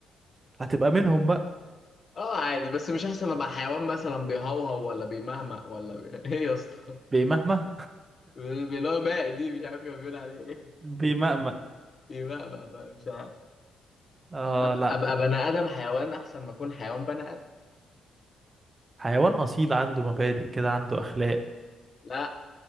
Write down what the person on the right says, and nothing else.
هتبقى منهم بقى
بمهما
بمأمأ
<laughs> اه
لا
حيوان اصيل عنده مبادئ كده عنده اخلاق